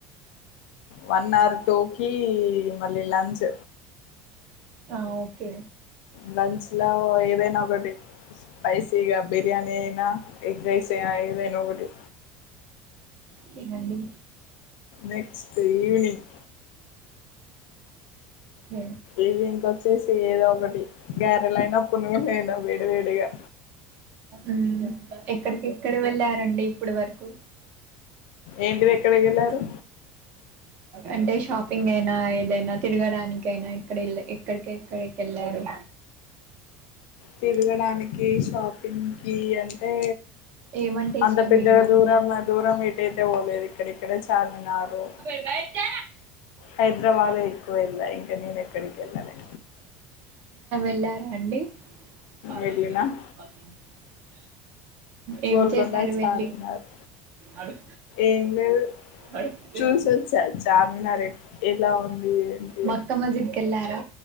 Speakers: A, on the left (about 75°); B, on the right (about 40°).
A: వన్ ఆర్ టూకీ మళ్ళీ లంచ్
B: ఆ ఓకే
A: లంచ్ ల ఏదైనా ఒకటి స్పైసీగా బిర్యానీ అయినా ఎగ్ రైస్ చె ఏదయినా ఒకటి
B: ఒకేనండి.
A: నెక్స్ట్ ఈవినింగ్
B: ఏ
A: ఈవింకొచ్చేసి ఏదో ఒకటి గారెలైనా పునుగు లైనా వేడి వేడిగా
B: ఉమ్ ఎక్కడికి ఎక్కడ వెళ్ళారండి ఇప్పుడు వరకు
A: ఏంటిది ఎక్కడికి వెళ్ళారు
B: అంటే షాపింగ్ గైనా ఏదైనా తిరగడానికైనా ఎక్కడళ్ళ ఎక్కడికెక్కడికి కెళ్ళారు?
A: తిరగడానికి షాపింగ్ కి అంటే
B: ఏమంటే
A: అంత
B: ఇష్టం
A: పెద్దగా
B: మీకు బాగా
A: దూరం దూరం ఏటైతే పోలేదు ఇక్కడిక్కడే చార్మినారు
B: రైత్య
A: హైదరాబాద్ ఎకువెళ్ళా ఇంకా నేను ఎక్కడికి ఎల్లలే.
B: వెళ్లారా అండి అవునండి
A: వెళ్ళినా
B: బస్సు <unintelligible> ఏం
A: గోల్కొండ
B: చేశారు
A: సార్
B: వెళ్ళి
A: ఉన్నారు
B: అడు
A: ఏం లేదు
B: అడుగ్తుంద్
A: చూసొచ్చా చార్మినార్ ఎలా ఉంది ఏంటి
B: మక్క మజీద్ కేళ్ళారా?